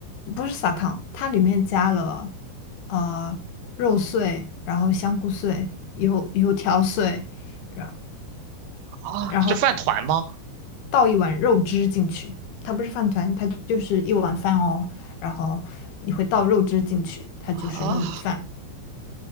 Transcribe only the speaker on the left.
不是撒糖，它里面加了呃肉碎，然后香菇碎、油油条碎，然
然后倒一碗肉汁进去，它不是饭团，它就是一碗饭哦，然后你会倒肉汁进去，它就是糯米饭